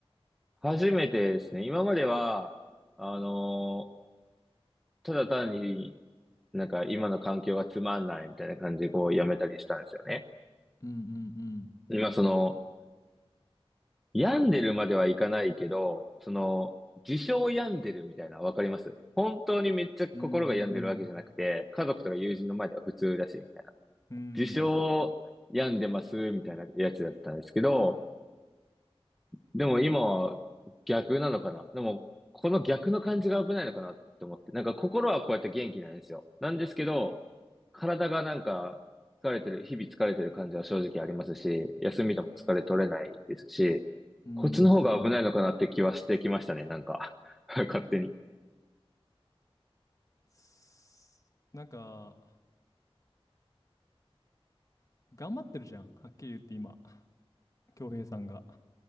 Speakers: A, in the centre; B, on the left.
A: 初めてですね。今までは、あのーただ単になんか今の環境がつまんないみたいな感じでこうやめたりしたんですよね。
B: うんうんうん。
A: 今その、病んでるまではいかないけど、その、自称病んでるみたいなわかります本当にめっちゃ心が病んでるわけじゃなくて、
B: うんうん。
A: 家族とか友人の前では普通だし、みたいな。
B: うん、
A: 自称病んでますみたいなやつだったんですけど、でも今は逆なのかな。でも、この逆の感じが危ないのかなって思って。なんか心はこうやって元気なんですよ。なんですけど、体がなんか疲れてる、日々疲れてる感じは正直ありますし、休みでも疲れ取れないですし、
B: うん、う
A: こっちの方が危ないのかなって気はしてきましたね、
B: ん。
A: なんか。<laughs> 勝手に。
B: すなんか、頑張ってるじゃん。はっきり言って今、恭平さんが。